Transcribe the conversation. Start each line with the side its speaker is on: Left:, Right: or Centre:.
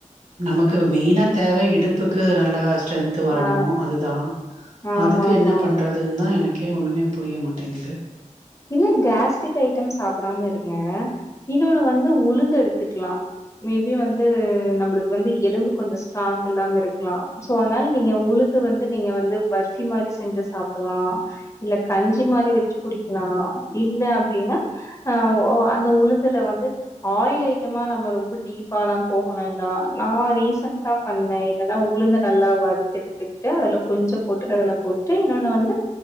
Right: நமக்கு மெய்னா தேவ இடுப்புக்கு நல்லா ஸ்ட்ரென்த் வரணு
Left: ஆ
Right: அதுதா
Left: ஆமா
Right: அதுக்கு
Left: ஆமா
Right: என்ன
Left: ஆமா
Right: பண்றதுன்தா எனக் க்கே ஒண்ணுமே புரிய மாட்டேங்கிது
Left: இல்ல கேஸ்ட்ரிக் ஐட்டம் சாப்புடாம இருங்க இன்னொன்னு வந்து உளுந்து எடுத்துக்லா மே பி வந்து நம்ளுக்கு வந்து எலும்பு கொஞ்சொ ஸ்ட்ராங் இல்லாம இருக்லா சோ அத்னால் நீங்க உளுந்து வந்து நீங்க வந்து பர்ஃபி மாரி செஞ்சு சாப்புல்லா இல்ல கஞ்சி மாரி வச்சு குடிக் நா இல்ல அப்டினா அஹ் அந்த உளுந்துல வந்து ஆயில் ஐட்டமா நம்ம ரொம்ப டீப்பாலாம் போக வேண்டாம் நான் ரீசன்டா பண்ணே என்னன்னா உளுந்து நல்லா வருத்து எடுத்துக்கிட்டு அதுல கொஞ்சம் பொட்டுக்கடலை போட்டு இன்னொன்னு வந்து